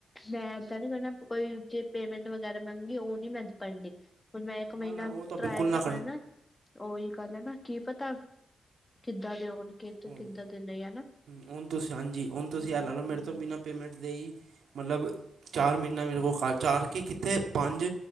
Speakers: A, on the left; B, on the right.
A: ਮੈਂ ਨ ਕਰ ਕੋਈ ਜੇ ਪੇਮੈਂਟ ਵਗੈਰਾ ਮੰਗੀ ਉਹ ਨੀ ਮੈਂ ਪ ਹ ਮੈਂ ਇੱਕ ਮਹੀਨਾ
B: ਨਾ ਨਾ ਉਹ ਤਾਂ
A: ਟਰਇ
B: ਬਿਲਕੁਲ ਨਾ
A: ਤ ਕਰਨਾ। ਉਹੀ ਗੱਲ ਹੈ ਨਾ ਕੀ ਪਤਾ ਕਿੱਦਾਂ ਦੇ ਹੋਣ, ਕਿ
B: ਹੁਣ ਹਮ,
A: ਕਿੱਦਾਂ ਦੇ ਨੇ ਹਨਾ?
B: ਹੁਣ ਤੁਸੀਂ ਹਾਂਜੀ ਹੁਣ ਤੁਸੀਂ ਐ ਲਾ ਲਓ ਮੇਰੇ ਤੋਂ ਬਿਨਾਂ ਪੇਮੈਂਟ ਦੇ ਹੀ ਮਤਲਬ ਚਾਰ ਮਹੀਨਾ ਮੇਰੇ ਕੋਲ ਖਰਚਾ ਕੇ ਕਿੱਥੇ ਪੰਜ